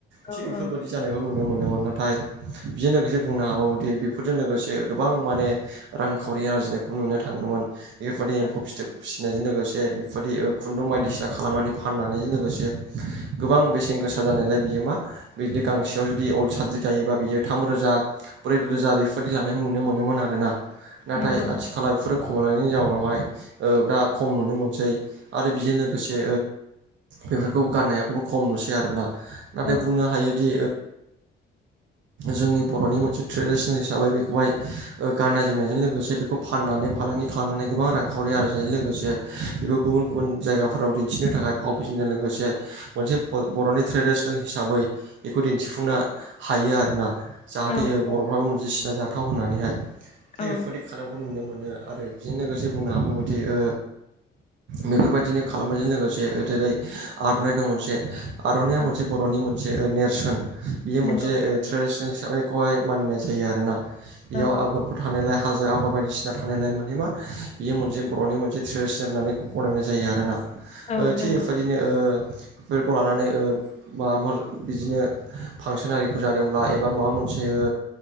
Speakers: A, on the left; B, on the right.
A: औ
B: थिग बेफोरबायदि
A: औ
B: जानायखौ नुनो मोनोमोन नाथाय बेजों लोगोसे बुंनो हाबावोदि बेफोर फोरजों लोगोसे गोबां माने रांखावरि आरजिनायखौ नुनो थांङोमोन। बेफोरबायदि
A: औ
B: एम्फौ फिथोब फि नायजों लोगोसे बेफोरबायदि खुन्दुं बायदिसिना खालामनानै फाननायजों लोगोसे गोबां बेसेन गोसा जानायलाय बियो मा बिदि गांसेयाव जुदि उल साद्रि जायोबा बियो थाम रोजा ब्रै रोजा बेफोरबायदि लानायखौ नुनो मोनोमोन आरोना नाथाय
A: नंगौ
B: आथिखालाव बेफोरो खमायलायनायनि जाउनावहाय दा खम नुनो मोनसै आरो बेजों लोगोसे बेफोरखौबो गाननायाखौबो खम नुसै आरोना नाथाय
A: औ
B: बुंनो हायोदि जोंनि बर'नि मोनसे ट्रेडिसनेल हिसाबै बेखौहाय ओ गाननाय जोमनायजों लोगोसे बेखौ फाननानै फालांगि खालामनानै गोबां रांखावरि आरजिनाय लोगोसे बेखौ गुबुन गुबुन जायगाफोराव दिन्थिनो थाखाय फाव बिजोंनो लोगोसे मोनसे फल बर'नि ट्रेडिसनेल हिसाबै बिखौ दिन्थिफुंनो हायो आरोना जाहाथे
A: औ
B: ओ बर'फ्राबो मोनसे सिना जाथाव होननानैहाय। थिग
A: औ
B: बेफोबायदि खालामनायखौ नुनो मोनो आरो बिजों लोगोसे बुंनो हाबावो दि ओ बेफोरबायदिनो खालामनायजों लोगोसे ओ जेरै आर'नाइ दं मोनसे आर'नाया
A: औ
B: मोनसे बर'नि मोनसे ओ नेरसोन बियो
A: नंगौ
B: मोनसे ओ ट्रेडिसनेल हिसाबैखौहाय मानिनाय जायो आरोना बेयाव
A: औ
B: आगरफोर थानायलाय हाजो आगर बायदिसिना थानायलाय माने मा बियो मोनसे बर'नि मोनसे ट्रेडिसनेल होननानै गनायनाय जायो आरोना।
A: औ
B: ओ थिग
A: नंगौ
B: बेफोबादिनो ओ बेफोरखौ लानानै ओ माबाफोर बिदिनो फांसोनारिफोर जादोंब्ला एबा माबा मोनसे ओ